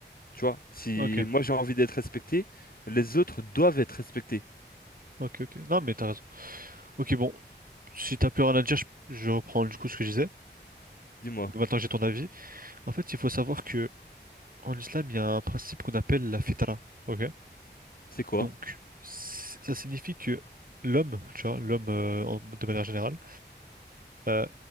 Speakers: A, on the left; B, on the right.
A: tu vois. Si
B: Ok.
A: moi j'ai envie d'être respecté, les autres doivent être respectés.
B: Ok, ok. Non, mais t'as raison. Ok, bon. Si t'as plus rien à dire, je, je reprends du coup ce que je disais.
A: Dis-moi,
B: Maintenant que j'ai ton avis. En fait, il faut savoir que en islam, il y a un principe qu'on appelle la fitra. Ok?
A: c'est quoi?
B: Donc, c- ça signifie que l'homme, tu vois, l'homme euh, en- de manière générale, euh,